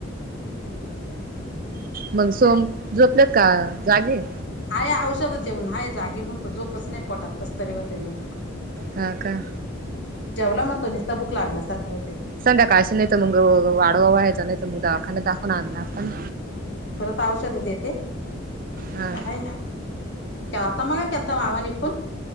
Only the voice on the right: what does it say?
मग सोम जोपलेत का जागे.
हा का
संधाकाळशी नाही तर मग वाड ववा यायचा छनाही मग दवाखाना दाखवून आणला आपण.
हा